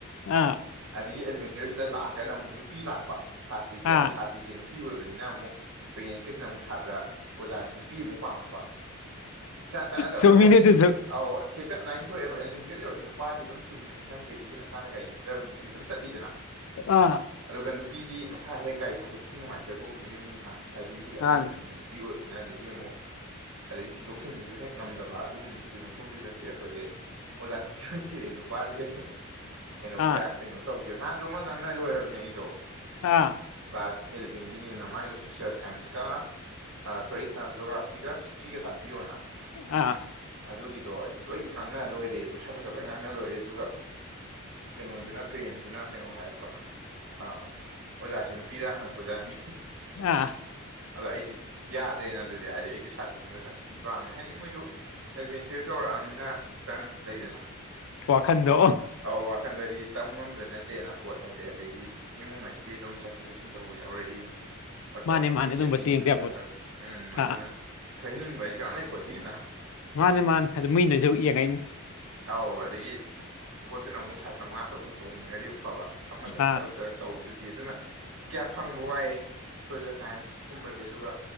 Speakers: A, on the left; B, on the right.
A: ꯑꯥ
B: ꯑꯗꯒꯤ ꯑꯦꯂꯕꯦꯟ ꯇꯨꯋꯦꯞꯁꯤꯗ ꯂꯥꯛꯑꯒꯅ ꯑꯃꯨꯛ ꯅꯨꯄꯤ ꯂꯥꯛꯄ ꯁꯥꯇ꯭ꯔꯤꯁꯦ
A: ꯑꯥ
B: ꯑꯗꯨ ꯁꯥꯇ꯭ꯔꯤꯁꯦ ꯅꯨꯄꯤ ꯑꯣꯏꯕꯅꯤꯅ ꯑꯃꯨꯛ ꯄꯦꯔꯦꯟꯁꯀꯩꯁꯤꯅ ꯑꯃꯨꯛ ꯁꯥꯇ꯭ꯔ ꯑꯣꯖꯥꯁꯤ ꯅꯨꯄꯤ ꯑꯃꯨꯛ ꯄꯥꯝꯃꯛꯄ ꯏꯆꯥꯅ ꯆꯥꯟꯅꯗꯕ
A: ꯆꯨꯝꯃꯤꯅꯦ
B: ꯍꯥꯏ ꯍꯥꯏꯗꯤ
A: ꯑꯗꯨꯁꯨ
B: ꯑꯧ ꯍꯦꯛꯇ ꯑꯗꯨꯃꯥꯏꯅ ꯊꯣꯛꯑꯦꯕ ꯑꯦꯜꯕꯦꯟ ꯇꯨꯋꯦꯜꯞ ꯌꯧꯔꯗꯤ ꯅꯨꯄꯥꯗꯤ ꯑꯗꯨꯝ ꯊꯤꯟꯕ ꯅꯤ ꯈꯪꯗꯦ ꯑꯗꯒꯤ ꯃꯁꯥꯅ ꯒꯥꯔꯤ ꯆꯠꯆꯕꯅꯤ ꯈꯪꯗꯦ ꯑꯗꯨꯝ ꯆꯠꯂꯤꯗꯅ
A: ꯑꯥ
B: ꯑꯗꯨꯒ ꯅꯨꯄꯤꯗꯤ ꯃꯁꯥ ꯍꯦꯛ ꯒꯥꯔꯤ ꯊꯥꯗꯣꯛꯄꯁꯨ ꯅꯨꯡꯉꯥꯏꯇꯒꯨꯝ ꯃꯌꯨꯝꯅꯤꯅ ꯍꯥꯏꯗꯤ ꯌꯨꯝꯒꯤ ꯑꯍꯜ
A: ꯑꯥ
B: ꯂꯃꯟꯁꯤꯡꯅꯁꯨ ꯅꯨꯄꯤ ꯑꯣꯏꯕꯅꯤꯅ ꯑꯗꯒꯤ ꯑꯃꯨꯛ ꯑꯗꯒꯤ ꯊꯤꯟꯗꯣꯛ ꯊꯤꯟꯖꯤꯟꯁꯨ ꯍꯦꯛ ꯉꯝꯗꯕ ꯑꯗꯨꯒꯨꯝꯕꯁꯤꯗꯤ ꯑꯗꯨꯝ ꯍꯣꯝꯇꯤꯌꯨꯇꯔ ꯊꯤꯔꯛꯄꯁꯦ ꯑꯣꯖꯥ ꯅꯨꯄꯤ ꯑꯣꯏꯅ ꯊꯤꯔꯛꯑꯦ ꯅꯨꯄꯥꯁꯦ ꯀꯩꯅꯣ
A: ꯑꯥ
B: ꯀꯌꯥ ꯀꯩꯅꯣ ꯇꯧꯗꯦꯕ ꯅꯍꯥꯟꯁꯨ ꯑꯃ ꯉꯥꯡꯅ ꯂꯣꯏꯔꯕꯅꯦ ꯑꯩꯗꯣ
A: ꯑꯥ
B: ꯀ꯭ꯂꯥꯁ ꯑꯦꯂꯕꯦꯟꯒꯤꯅꯤꯅ ꯃꯥꯏꯗꯣ ꯁꯣꯁꯤꯌꯦꯜ ꯁꯥꯏꯟꯁꯀ ꯁꯣꯔꯤ ꯖꯣꯒ꯭ꯔꯥꯐꯤꯒ ꯍꯤꯁꯇ꯭ꯔꯤꯒ ꯇꯥꯛꯄꯤꯌꯣꯅ
A: ꯑꯥ
B: ꯑꯗꯨꯒꯤꯗꯣ ꯑꯩ ꯂꯣꯏ ꯉꯥꯡꯅ ꯂꯣꯏꯔꯦ ꯄꯩꯁꯥ ꯅꯨꯡꯁꯥ ꯂꯣꯏ ꯉꯥꯡꯅ ꯂꯣꯏꯔꯦ ꯑꯗꯨꯒ ꯀꯩꯅꯣꯗꯨꯅ ꯄꯦꯔꯦꯟꯁꯇꯨꯅ ꯀꯩꯅꯣ ꯍꯥꯏꯔꯛꯄ ꯑꯥ ꯑꯣꯖꯥꯁꯤ ꯅꯨꯄꯤꯔꯥ ꯍꯪꯉꯛꯄ ꯖꯥꯠꯅꯤ
A: ꯑꯥ
B: ꯑꯗꯣ ꯑꯩꯗꯤ ꯌꯥꯗ꯭ꯔꯦꯅ ꯑꯗꯨꯗꯤ ꯍꯥꯏꯗꯤ ꯑꯩꯗꯤ ꯁꯥꯇ꯭ꯔꯤꯅꯤꯅ ꯑꯣꯖꯥ ꯅꯨꯄꯤ ꯄꯥꯝꯃꯦ ꯍꯥꯏꯗꯤ ꯃꯣꯏꯁꯨ ꯑꯦꯂꯚꯦꯟ ꯇꯨꯌꯦꯞ ꯌꯧꯔꯛꯑꯕꯅꯤꯅ ꯈꯤꯇꯪ ꯂꯩꯗꯅ
A: ꯋꯥꯈꯟꯗꯣ
B: ꯑꯧ ꯋꯥꯈꯟꯗꯗꯤ ꯇꯝ ꯉꯝꯕ ꯅꯠꯇꯦꯅ ꯄꯣꯠ ꯍꯥꯏꯁꯦ ꯑꯗꯨꯗꯒꯤ ꯏꯃꯨꯡ ꯍꯥꯏꯁꯤꯗꯤ ꯑꯗꯨꯝ ꯆꯠꯊꯣꯛ ꯆꯠꯁꯤꯟ ꯇꯧꯕ ꯌꯥꯎꯔꯛꯏ ꯐꯛ ꯇꯧꯔ
A: ꯃꯥꯅꯦ
B: ꯈꯤꯇꯪ
A: ꯃꯥꯅꯦ ꯑꯗꯨꯝꯕꯁꯨ
B: ꯁꯦꯐꯇꯤꯒꯤꯁꯨ
A: ꯌꯦꯡꯕ ꯌꯥꯄꯣꯠꯇꯦ
B: ꯈꯜꯂꯒ ꯎꯝ
A: ꯑꯥ
B: ꯑꯗꯨꯅ ꯁꯣꯏꯍꯅꯤꯡꯕ ꯍꯥꯏꯗꯤ ꯀꯅꯥꯝ ꯂꯩꯄꯣꯠꯇꯦꯅ
A: ꯃꯥꯅꯦ ꯃꯥꯅꯦ ꯑꯗꯨ ꯃꯤꯅꯁꯨ ꯌꯦꯡꯉꯛꯏꯅꯤ
B: ꯑꯥꯎ ꯑꯗꯒꯤ ꯄꯣꯠꯇꯨꯅ ꯑꯃꯨꯛ ꯁꯥꯇ꯭ꯔ ꯃꯉꯥ ꯇꯔꯨꯛꯃꯨꯛ ꯇꯧꯃꯤꯟꯅꯔꯒꯗꯤ ꯑꯃꯨꯛ ꯐꯕ ꯑꯃꯇꯪ
A: ꯑꯥ
B: ꯇꯔꯛ ꯇꯔꯛ ꯇꯧꯕꯗꯨꯗꯤ ꯑꯗꯨꯅ ꯀꯌꯥ ꯐꯪꯕ ꯋꯥꯏ ꯁꯣꯁꯦꯜ ꯁꯥꯏꯟꯁ ꯀꯨꯝꯕꯁꯦ ꯑꯗꯨꯒ